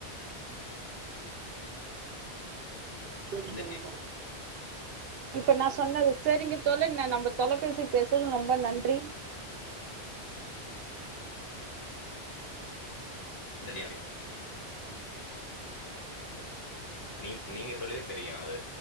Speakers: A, on the right; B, on the left.
A: செரிங்
B: எந்த டி-
A: <inaudible> இப்ப நா சொன்னது செரிங்க தோழன் ந நம்ப தொலபேசி பேசறது ரொம்ப நன்றி
B: தெரியாது நீ நீங்க சொல்லிதா தெரியு அது